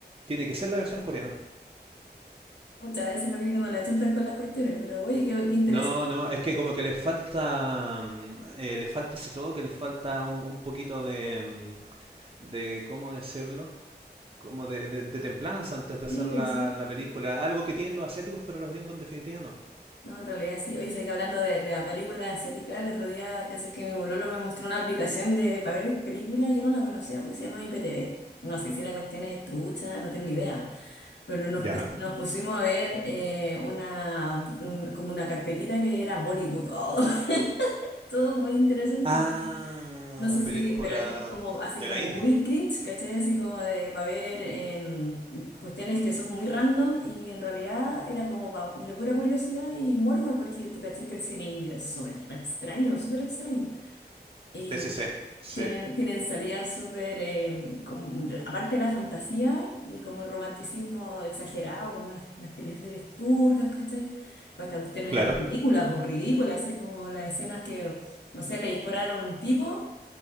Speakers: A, on the right (about 30°); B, on the left (about 80°).
A: Tiene que ser la versión coreana.
B: Muchas veces los gringos no la chuntan con las cuestiones, pero oye, qué, qué interesante.
A: No, no, es que como que les falta, mm, eh, les falta ese todo, que les falta un, un poquito de, mm, de, ¿cómo decirlo? Como de, de- de templanza antes de
B: Oye,
A: hacer la,
B: sí,
A: la película.
B: sí.
A: Algo que tienen los asiáticos, pero los gringos en definitiva no.
B: No, en realidad sí. Oye, sé que hablando de, de la película asiática, el otro día casi que mi bololo me mostró una aplicación de para ver películas y yo no la conocía porque se llama IPTV. No sé si la cuestión es trucha, no tengo idea. Pero nos,
A: Ya.
B: pe- nos pusimos a ver eh, una, un- como una carpetita que era Bollywood. Oh, <laughs> todo muy interesante.
A: Ah,
B: No sé si,
A: películas
B: pero es, es como así
A: de
B: como
A: la India.
B: muy cringe, ¿cachai? Así como de para ver em, cuestiones que son muy random y en realidad era como pa- de pura curiosidad y morbo porque tú cachai que el cine indio es súper extraño, súper extraño eh,
A: Sí, sí, sí, sí.
B: tienen, tienen salidas súper, eh, como- aparte de la fantasía y como el romanticismo exagerado, como las, las teleseries turcas, ¿cachai? Pues esta cuestión era
A: Claro.
B: ridícula, por ridícula, así como las escenas que, no sé, le dispararon a un tipo